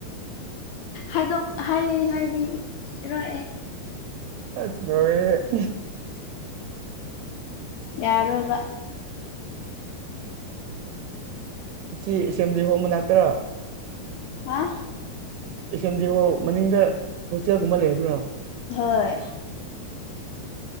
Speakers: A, on the left (about 80°); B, on the right (about 85°).
A: ꯍꯥꯏꯗꯣꯛ ꯍꯩ ꯍꯥꯏꯕꯤꯔꯣꯏ ꯑꯩ
B: ꯑꯁ ꯂꯣꯢꯔꯦꯍꯦ
A: ꯌꯥꯔꯣꯏꯕ
B: ꯁꯤ ꯑꯦ ꯁꯦꯝꯕ꯭ꯂꯤ ꯍꯣꯜ ꯍꯣꯜ ꯃꯅꯥꯛꯇꯔꯥ
A: ꯍꯥ
B: ꯑꯦꯁꯑꯦꯝꯕ꯭ꯂꯤ ꯍꯣꯜ ꯃꯅꯤꯡꯗ ꯍꯣꯁꯇꯦꯜꯒꯨꯝꯕ ꯂꯩꯕ꯭ꯔꯣ
A: ꯍꯣꯏ